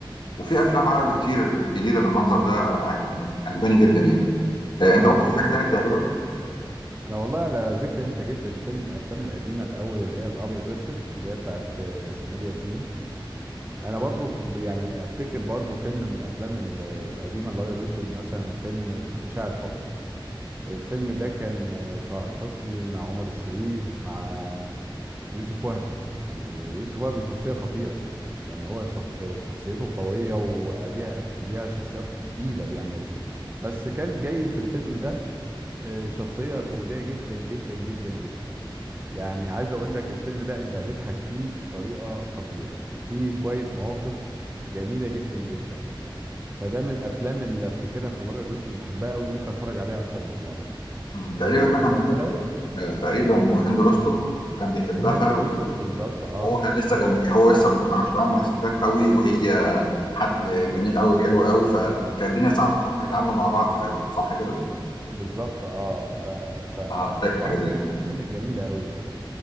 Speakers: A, on the left; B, on the right.
A: وفي افلام عربي كتير جديده بالمنظر ده عج- عجباني جدا يعني آه، انت
B: اه
A: برضو في حاجه تانية بتعجبك
B: احنا والله على ذكر انت جبت الفيلم الافلام القديمه الاول اللي هي الابيض واسود اللي هي بتاعت آه، اسماعيل ياسين انا برضو ف- يعني افتكر برضو فيلم من الافلام ال- القديمه الابيض واسود مثلا فيلم اسمه اشاعه حب الفيلم ده كان آه، سعاد حسني مع عمر الشريف مع يوسف وهبي يعني يوسف وهبي شخصيه خطيره يعني هو صخ- آه، شخصيته قويه وليها أف- ليها شخصيات تقيله بيعملها بس كان جاي في الفيلم ده آه، شخصيه كوميديه جدا جدا جدا جدا يعني عايز اقول لك الفيلم ده انت هتضحك فيه بطريقه خطيره وفيه شويه مواقف جميله جدا جدا فده من الافلام اللي افتكرها في الابيض والاسود بحبها قوي ممكن اتفرج عليها اكتر من مره
A: مم، تقريبا
B: إيه
A: ده
B: في
A: كان
B: الافلام
A: عمر الشريف آه، تقريبا وهند رستم كان بيحبها
B: وهند رستم
A: و-
B: بالظبط اه
A: وهو كان لسه جنب هو لسه ما عرفش يتعامل مع الستات قوي وهي حد جميل قوي وحلو قوي فكانت الدنيا صعبه ان هم يتعاملوا مع بعض في الاول صح كده؟
B: بالظبط اه ف... فبصراحه
A: اه انا فاكر حاجه زي
B: فيلم
A: كده
B: من الافلام الجميله قوي يعني